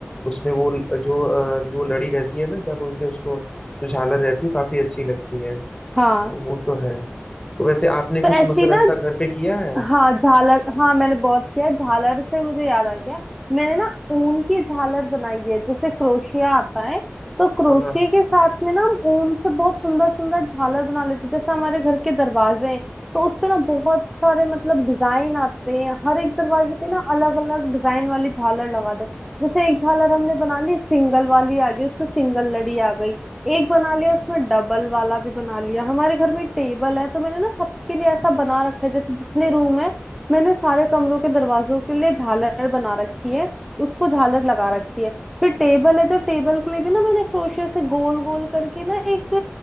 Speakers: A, on the left; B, in the centre.
A: उसमें वो ल- जो अ, वो लड़ी रहती है ना क्या बोलते हैं उसको जो झालर रहती है वो काफी अच्छी लगती है तो
B: हाँ
A: वो तो है तो वैसे आपने कुछ
B: तो ऐसी
A: मतलब
B: ना
A: ऐसा घर पे किया है
B: हाँ झालर हाँ मैंने बहुत किया है। झालर से मुझे याद आ गया मैंने ना ऊन की झालर बनाई है जैसे क्रोशिया आता है तो क्रोशिया
A: हाँ
B: के साथ में ना हम ऊन से बहुत सुंदर सुंदर झालर बना लेते हैं जैसे हमारे घर के दरवाजे हैं तो उस पे ना बहुत सारे मतलब डिजाइन आते हैं हर एक दरवाजे पे ना अलग अलग डिजाइन वाली झालर लगा दो जैसे एक झालर हमने बना ली सिंगल वाली आ गई उसको सिंगल लड़ी आ गई एक बना लिया उसमें डबल वाला भी बना लिया हमारे घर में टेबल है तो मैंने ना सबके लिए ऐसा बना रखा है जैसे जितने रूम है मैंने सारे कमरों के दरवाजों के लिए झालर बना रखी है उसको झालर लगा रखी है फिर टेबल है जो टेबल के लिए भी ना मैंने क्रोशिया से गोल गोल करके ना एक